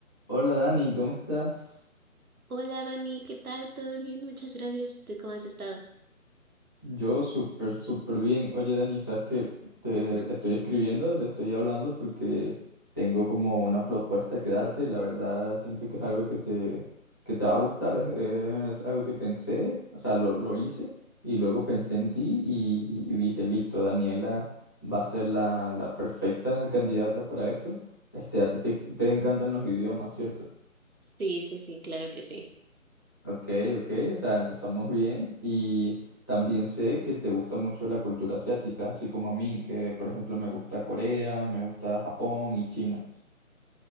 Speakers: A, on the left; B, on the right.
A: Hola Dani, ¿cómo estás?
B: Hola Dani, ¿qué tal? ¿Todo bien? Muchas gracias. ¿Tú cómo has estado?
A: Yo súper, súper bien. Oye Dani, ¿sabes qué? Te,
B: Ujú.
A: te estoy escribiendo, te estoy hablando porque tengo como una propuesta que darte. La verdad siento que es algo que te, que te va a gustar. Es, es algo que pensé, o sea, lo, lo hice y luego pensé en ti y, y dije, listo, Daniela va a ser la, la perfecta candidata para esto. Este, a ti te, te encantan los idiomas, ¿cierto?
B: Sí, sí, sí, claro que sí.
A: Ok, ok, o sea, empezamos bien y también sé que te gusta mucho la cultura asiática, así como a mí, que por ejemplo me gusta Corea, me gusta Japón y China.